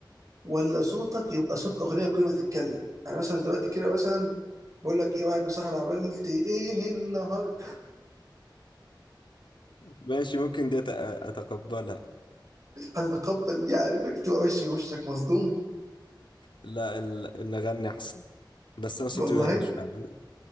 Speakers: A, on the right; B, on the left.
A: ولا صوتك يبقى صوت اغنيه كل ما تتكلم يعني مثلا دلوقتي كده مثلا بقول لك ايه رايك يا صاحبي عملت ايه النهارده
B: ماشي ممكن دي أت- اتقبلها
A: هتتقبل دي على انك تبقى ماشي وشك مصدوم
B: لا ال... ان اغني احسن بس انا صوتي
A: والله
B: وحش فعلا.